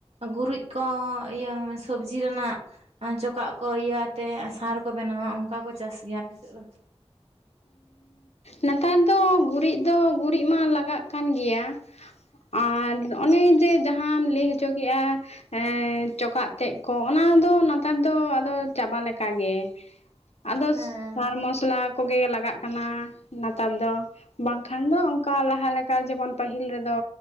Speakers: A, on the right (about 70°); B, on the left (about 80°).
A: ᱜᱩᱨᱩᱡ ᱠᱚ ᱤᱭᱟᱹ ᱥᱚᱵᱽᱡᱤ ᱨᱮᱱᱟᱜ ᱪᱚᱠᱟᱜ ᱠᱚ ᱤᱭᱟᱹ ᱛᱮ ᱥᱟᱨ ᱠᱚ ᱵᱮᱱᱟᱣᱟ ᱚᱱᱠᱟ ᱠᱚ ᱪᱟᱥ ᱜᱮᱭᱟ ᱟᱯᱮᱥᱮᱫ ᱫᱚ
B: ᱱᱮᱛᱟᱨ ᱫᱚ ᱜᱩᱨᱤᱡ ᱫᱚ ᱜᱩᱨᱤᱡ ᱢᱟ ᱞᱟᱜᱟᱜ ᱠᱟᱱ ᱜᱮᱭᱟ ᱟᱨ ᱱᱚᱜ-ᱚᱱᱮ ᱡᱮ ᱡᱟᱦᱟᱸᱢ ᱞᱟᱹᱭ ᱦᱚᱪᱚ ᱠᱮᱜ-ᱟ ᱮᱸ ᱪᱚᱠᱟᱜ ᱛᱮᱜ ᱠᱚ ᱚᱱᱟ ᱫᱚ ᱱᱮᱛᱟᱨ ᱫᱚ ᱟᱫᱚ ᱪᱟᱵᱟ ᱞᱮᱠᱟ ᱜᱮ ᱟᱫᱚ
A: ᱦᱮᱸ
B: ᱥᱟᱨ ᱢᱚᱥᱞᱟ ᱠᱚᱜᱮ ᱞᱟᱜᱟᱜ ᱠᱟᱱᱟ ᱱᱮᱛᱟᱨ ᱫᱚ ᱵᱟᱝᱠᱷᱟᱱ ᱫᱚ ᱚᱱᱠᱟ ᱞᱟᱦᱟ ᱞᱮᱠᱟ ᱡᱮᱢᱚᱱ ᱯᱟᱹᱦᱤᱞ ᱨᱮᱫᱚ